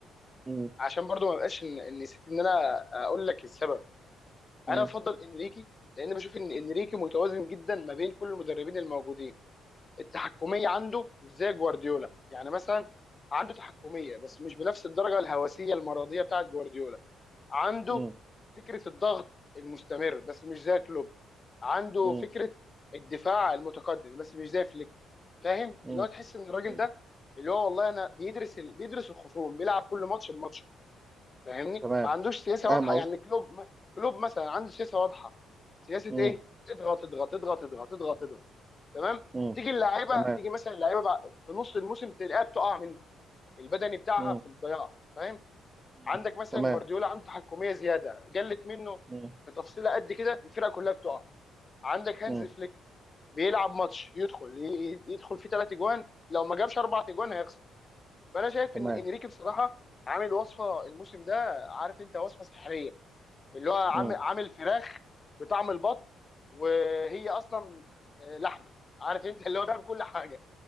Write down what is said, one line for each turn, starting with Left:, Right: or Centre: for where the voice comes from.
Right: م-
Left: عشان برضو ما بقاش إن- إن نسيت ان انا اقول لك السبب
Right: م-
Left: انا بفضل انريكي لان بشوف ان انريكي متوازن جدا ما بين كل المدربين الموجودين التحكميه عنده مش زي جوارديولا يعني مثلا عنده تحكميه بس مش بنفس الدرجه الهوسيه المرضيه بتاعت جوارديولا عنده
Right: م-
Left: فكره الضغط المستمر بس مش زي كلوب عنده
Right: م-
Left: فكره الدفاع المتقدم بس مش زي فليك فاهم
Right: م-
Left: اللي هو تحس ان الراجل
Right: م-
Left: ده اللي هو والله انا بيدرس ال... بيدرس الخصوم بيلعب كل ماتش بماتشه فاهمني
Right: تمام
Left: ما عندوش سياسه
Right: فاهم
Left: واضحه
Right: قصدي
Left: يعني كلوب كلوب مثلا عنده سياسه واضحه سياسه
Right: مم،
Left: ايه اضغط اضغط اضغط اضغط اضغط اضغط تمام
Right: مم،
Left: تيجي اللعيبه
Right: تمام
Left: تيجي مثلا اللعيبه بع- في نص الموسم تلاقيها بتقع منك البدني بتاعها
Right: مم،
Left: في الضياع فاهم
Right: مم،
Left: عندك مثلا
Right: تمام
Left: جوارديولا عنده تحكميه زياده قلت منه
Right: مم،
Left: في تفصيله قد كده الفرقه كلها بتقع عندك هانز
Right: مم،
Left: فليك بيلعب ماتش يدخل ي- ي- يدخل فيه ثلاث اجوان لو ما جابش اربع اجوان هيخسر فانا شايف
Right: تمام
Left: ان انريكي بصراحه عامل وصفه الموسم ده عارف انت وصفه سحريه اللي هو عامل
Right: مم.
Left: عامل فراخ بطعم البط وهي اصلا آه، لحمه عارف انت اللي هو بيعمل كل حاجه